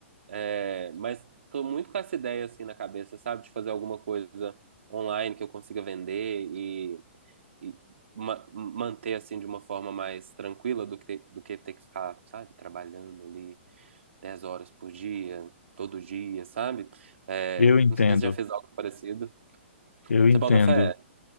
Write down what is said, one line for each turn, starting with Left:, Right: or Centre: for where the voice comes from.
Right: É, mas tô muito com essa ideia assim na cabeça, sabe? De fazer alguma coisa online que eu consiga vender e, e ma- manter assim de uma forma mais tranquila do que, ter- do que ter que ficar, sabe, trabalhando ali 10 horas por dia, todo dia, sabe? É,
Left: Eu entendo,
Right: não sei se já fez algo parecido.
Left: eu entendo.
Right: Você bota fé?